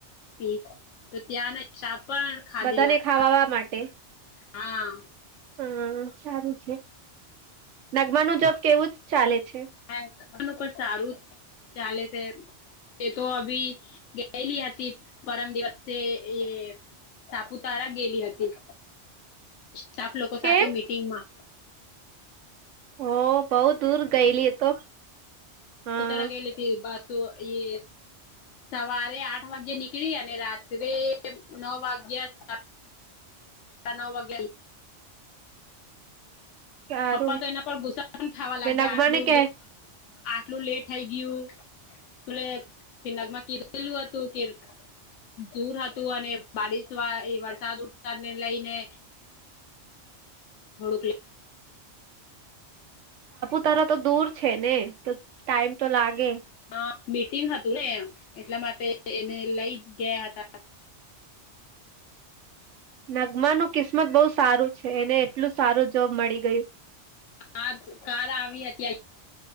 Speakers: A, on the left; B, on the right.
A: પીસ તો ત્યાંના હિસાબ પણ ખાધેલા
B: બધાને
A: હતા
B: ખાવાવા માટે
A: હા
B: હા સારું છે નગમા ન જબ કેવું જ ચાલે છે.
A: હ કામનું પણ સારું ચાલે છે. તે તો અભી ગયાલી આતી પરમ દિવસે એ સાપુતારા ગેલી હતી. સા્ટફ લોકો
B: કેમ
A: સાથે મીટિંગ માં
B: હ બઉુ દૂર ગયેલી તો હા
A: ઉતરા ગેલીથી બાસુ એ સવારે આઠ વાગ્ય નીકળી અને રાત્રે નવ વાગ્યા તે નવ વાગે
B: સારું
A: પપ્પા તો એના પર ગુસ્સા પણ ખાવા લાગ્યા
B: મેં નગમાને
A: આટલું
B: કે
A: આટલું લેટ થઈ ગયું. તુલે ફિ નાગમાં કીરલું હતું કીર્ દૂર હતું અને બારિશ વા એ વરસાદ વરસાદ ને લઈને થોડુંક
B: તારા તો દૂર છે ને તો ટાઈમ તો લાગે.
A: હા મીટિંગ હતું ને એટલા માટે એને લઈ ગયા હતા
B: નગમા નું કિસ્મત બહુ સારું છે એને એટલું સારું જોબ મળી ગયું.
A: આજ કાર આવી હતી